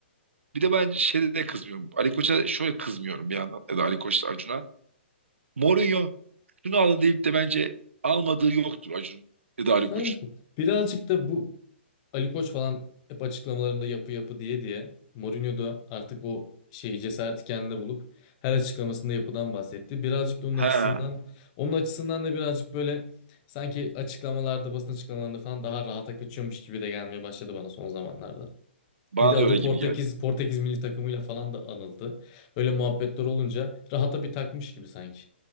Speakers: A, on the right (about 85°); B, on the left (about 35°).
A: bir de ben şeyde de kızmıyorum. Ali Koç'a şöyle kızmıyorum bir yandan ya da Ali Koç'la Acun'a. Mourinho şunu alın deyip de bence almadığı yoktur Acun ya da Ali
B: Kanka
A: Koç'un.
B: birazcık da bu Ali Koç falan hep açıklamalarında yapı yapı diye diye Mourinho da artık o şeyi cesareti kendine bulup her açıklamasında yapıdan bahsetti. Birazcık da onun
A: Ha,
B: açısından onun açısından da birazcık böyle sanki açıklamalarda basın açıklamalarında falan daha rahata kaçıyormuş gibi de gelmeye başladı bana son zamanlarda.
A: bana
B: Bir de adı
A: da öyle gibi
B: Portekiz
A: geldi.
B: Portekiz milli takımıyla falan da anıldı. Öyle muhabbetler olunca rahata bir takmış gibi sanki.